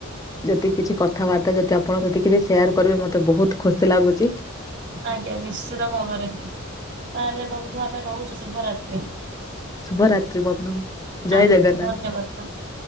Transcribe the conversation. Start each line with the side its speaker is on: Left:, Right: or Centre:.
Left: ଯେତିକି କିଛି କଥାବାର୍ତ୍ତା ଯଦି ଆପଣ ଯେତିକି ଯଦି ସେୟାର କରିବେ ମତେ ବହୁତ ଖୁସି ଲାଗୁଛି।
Right: ଆଜ୍ଞା ନିଶ୍ଚିତ ଭାବରେ ତାହେଲେ ବନ୍ଧୁ ଆମେ ରହୁଛୁ ଶୁଭରାତ୍ରି।
Left: ଶୁଭ ରାତ୍ରି ବନ୍ଧୁ। ଜୟ
Right: ଆଜ୍ଞା
Left: ଜଗନ୍ନାଥ।
Right: ଧନ୍ୟବାଦ ବନ୍ଧୁ।